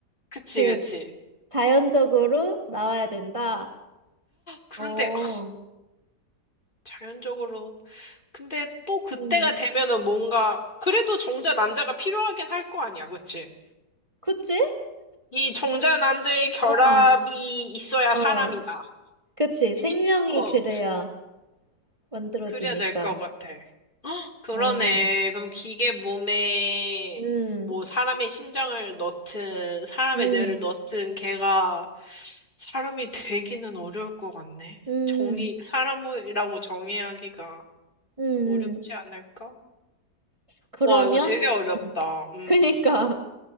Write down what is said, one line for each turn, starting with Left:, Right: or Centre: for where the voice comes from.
Left: 그치,
Right: 그
Left: 그치.
Right: 자연적으로 나와야 된다.
Left: 그런데,
Right: 어,
Left: 아, 자연적으로. 근데 또 그때가
Right: 음,
Left: 되면은 뭔가, 그래도 정자 난자가 필요하긴 할 거 아니야, 그치?
Right: 그치?
Left: 이 정자 난자의 결합이
Right: 어,
Left: 있어야
Right: 어,
Left: 사람이다.
Right: 그치.
Left: <laughs>
Right: 생명이
Left: 이- 어,
Right: 그래야 만들어지니까.
Left: 그래야 될 것 같아. 그러네.
Right: 어,
Left: 그럼 기계 몸에
Right: 음,
Left: 뭐 사람의 심장을 넣든 사람의
Right: 음,
Left: 뇌를 넣든 걔가 사람이 되기는 어려울 것 같네.
Right: 음,
Left: 정의, 사람이라고 정의하기가
Right: 음,
Left: 어렵지
Right: 음.
Left: 않을까?
Right: 그러면,
Left: 와, 이거 되게 어렵다.
Right: 음,
Left: 음.
Right: 그니까.